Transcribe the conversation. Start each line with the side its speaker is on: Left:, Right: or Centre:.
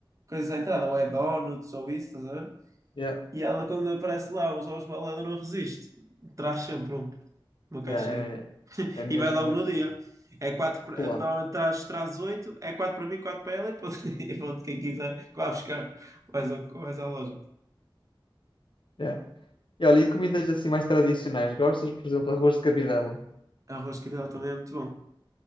Right: coisas à entrada, ou é donuts ou isso, estás a ver?
Left: Yeah,
Right: E ela, quando aparece lá, os ovos balada não resiste, traz sempre um, uma caixinha.
Left: yeah, é, é mesmo
Right: E vai logo
Left: muito
Right: no dia.
Left: bom.
Right: É quatro, pra-
Left: Claro.
Right: é, normalmente traz, traz oito, é quatro para mim, quatro para ela e pronto, <laughs> e pronto, quem quiser, que vá buscar, vais, ao, vais à loja.
Left: Yeah. E olha, e comidas assim mais tradicionais? Gostas, por exemplo, arroz de cabidela?
Right: Arroz de cabidela também é muito bom,